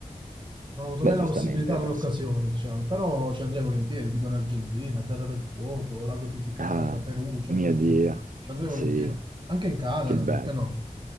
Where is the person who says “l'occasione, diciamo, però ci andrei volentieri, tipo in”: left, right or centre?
Right